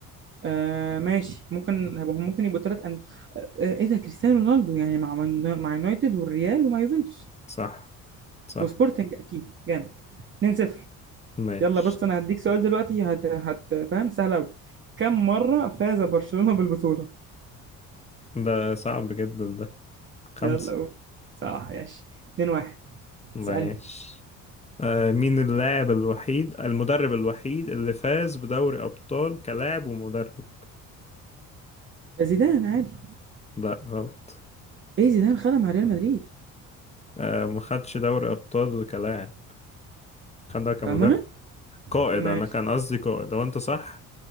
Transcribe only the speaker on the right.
آه، ماشي ممكن هيبقوا- ممكن يبقوا ثلاث أن... آه، آه، ايه ده كريستيانو رونالدو يعني مع من- مع يونايتد والريال ومع يوفنتوس
وسبورتنج اكيد جامد 2-0
يلا بس انا هديك سؤال دلوقتي هت هت فاهم سهل قوي كم مرة فاز برشلونة بالبطولة
يلا قول. صح ماشي 2-1
اسألني
زيدان عادي
ايه زيدان خدها مع ريال مدريد
بأمانة
ماشي